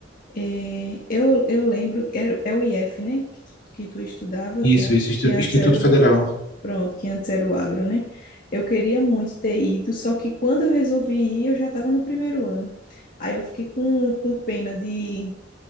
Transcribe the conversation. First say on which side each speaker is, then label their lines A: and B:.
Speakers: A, on the left (about 50°); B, on the left (about 75°).
A: É, eu, eu lembro que era, é o IF, né? Que, tu- que tu estudava,
B: isso,
A: que, an
B: isso, Instituto
A: que antes
B: Instituto
A: era
B: Federal.
A: o Pronto, que antes era o agro, né? Eu queria muito ter ido, só que quando eu resolvi ir, eu já estava no primeiro ano. Aí eu fiquei com, com pena de,